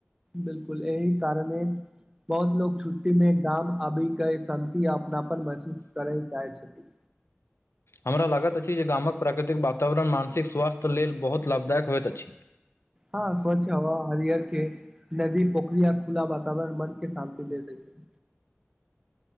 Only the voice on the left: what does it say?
हमरा लागैत अछि जे गामक प्राकृतिक वातावरण मानसिक स्वास्थ्य लेल बहुत लाभदायक होइत अछि